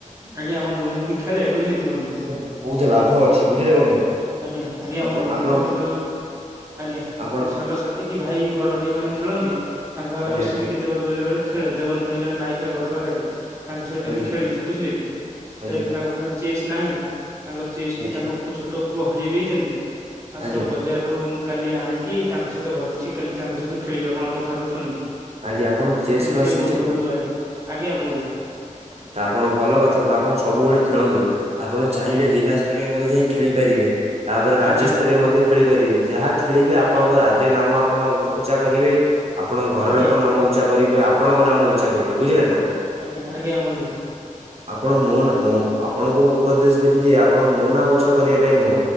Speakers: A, on the right (about 20°); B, on the right (about 50°).
A: ଆଜ୍ଞା ବନ୍ଧୁ ମୁଁ ବି ଖେଳେ ବୁଝିଲେ କି ବନ୍ଧୁ।
B: ବୋହୁତୁ ଲାଭ ଅଛି ବୁଝିଲେ ବନ୍ଧୁ।
A: ଆଜ୍ଞା ଆଜ୍ଞା
B: ଆପଣ
A: ବନ୍ଧୁ ମୁଁ
B: ଆପଣ
A: ତ କେତେଳେ ଆଜ୍ଞା
B: ଆପଣ
A: ସାଙ୍ଗସାଥି କି ଭାଇ ବ ବଡ ଭାଇମାନେ ଖେଳନ୍ତି ତାଙ୍କ ପାଖରେ
B: ଆଜ୍ଞା
A: ବସିବିି କେତଳେ ବେଳେ ବେଳେ ଖେଳେ ଦେବନ ଭାଇ ଜଣେ ଭାଇ ପା ଘର ପାଖରେ ତାଙ୍କ ସହିତ
B: ଆଜ୍ଞା
A: ବି ଖେଳିଚି ବୁଝିଲେ କି ସେତ
B: ଆଜ୍ଞା
A: ଏବେ ତାଙ୍କ ପାଖରେ ଚେସ୍ ନାହିଁ। ତାଙ୍କ ଚେସଟି
B: ଆଜ୍ଞା
A: ତାଙ୍କ ପୁ ଛୋଟ ପୁଅ ହଜେଇ ଦେଇଚନ୍ତି ଆଉ
B: ଆଜ୍ଞା
A: ତ ବଜାର ରୁ ମୁଁ କାଲି ଆଣିକି ତାଙ୍କ ସହିତ ଭାବୁଚି କାଲି ତାଙ୍କ ସହିତ ଖେଳିବି ଆପଣଙ୍କ କଥାରୁ ଶୁଣିକି।
B: ଆଜ୍ଞା ଆପଣ ଚେସ୍
A: ଜିନଷ
B: ଖେଳ
A: ବି
B: ଶିଖିଛନ୍ତି
A: ବୋହୁତ ଭଲ ଲାଗେ ଆଜ୍ଞା ବନ୍ଧୁ।
B: ତ ଆପଣ ଭଲ କଥା ତ ଆପଣ ସବୁବେଳେ ଖେଳନ୍ତୁ ଆପଣ ଚାହିଁଲେ
A: ଆଜ୍ଞା
B: ଜିଲ୍ଲାସ୍ ସ୍ତରୀୟ ମଧ୍ୟ ଯାଇଁ ଖେଳି ପାରିବେ ତାପରେ ରାଜ୍ୟସ୍ତରୀୟ
A: ଆଜ୍ଞା ବନ୍ଧୁ
B: ମଧ୍ୟ ଖେଳି ପାରିବେ ଯାହା ଖେଳିବେ
A: ଆଜ୍ଞା
B: ଆପଣଙ୍କ ରାଜ୍ୟ ନାମ ଆପଣ ଉକ୍ ଉଚ୍ଚା କରିବେ ଆପଣଙ୍କ ଘର
A: ଆଜ୍ଞା
B: ଲୋକ୍ ନାମ ଉଚ୍ଚା କରିବେ ଆପଣଙ୍କ ନାମ ଉଚ୍ଚା କରିବେ ବୁଝିଲେ ନା।
A: ଆଜ୍ଞା ଆଜ୍ଞା ବନ୍ଧୁ।
B: ଆପଣ ମୋ ନା ମୋ ଆପଣଙ୍କୁ ମୁଁ ଉପଦେଶ ଦେଲି ଯେ ଆପଣ ମୋ ନାଁ ଉଚ୍ଚା କରିବା ପାଇଁ ନୁହଁ।